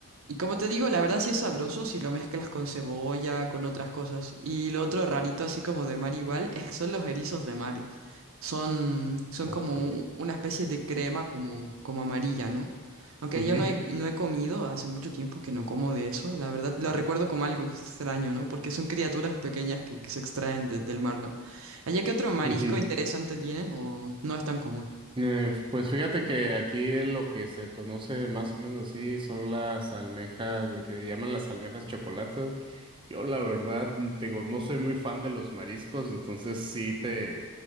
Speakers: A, on the right; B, on the right.
A: Y como te digo, la verdad sí es sabroso si lo mezclas con cebolla, con otras cosas. Y lo otro rarito, así como de mar igual, es- son los erizos de mar. Son, son
B: ok,
A: como un- una especie de crema como, como amarilla, ¿no? Aunque
B: ujú,
A: yo no he, no he comido, hace mucho tiempo que no como de eso, la verdad lo recuerdo como algo extraño, ¿no? Porque son criaturas pequeñas que, que se extraen de- del mar, ¿no? ¿Allá qué otro marisco
B: ujú.
A: interesante tienen o no es tan común?
B: Eh, pues fíjate que aquí lo que se conoce más o menos así son las almejas, lo que llaman las almejas chocolatas. Yo la verdad, te digo, no soy muy fan de los mariscos, entonces sí te,